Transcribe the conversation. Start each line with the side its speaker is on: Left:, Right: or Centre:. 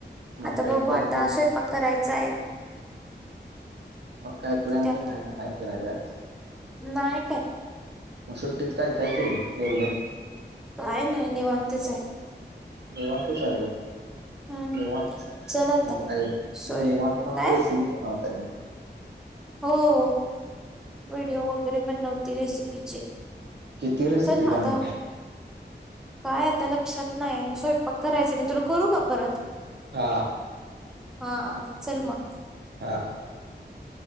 Right: मग
Centre: आता
Right: काय
Centre: बघू
Right: प्लॅन
Centre: आता
Right: बिन
Centre: स्वयंपाक करायचा हाय.
Right: मग काय प्लॅन
Centre: आता
Right: बीन हाय का नाही फिरायला जायाचा.
Centre: नाही काय
Right: म, सुट्टीत काय-काय केलं एवढं?
Centre: काय नाही निवांतच हाय.
Right: निवांत काय वो.
Centre: हम्म
Right: निवांत हायेसा,
Centre: चल आता
Right: मग काय करता
Centre: सोय
Right: निवांत राहून
Centre: काय
Right: रेसिपी बनवताय होय?
Centre: हो. व्हिडिओ वगैरे बनवते रेसिपीचे,
Right: किती रेसिपी
Centre: चल
Right: बनवताय
Centre: आता काय आता लक्षात नाही, स्वयंपाक करायच. मी तुला करू का परत?
Right: हां.
Centre: हा चल मग.
Right: हा.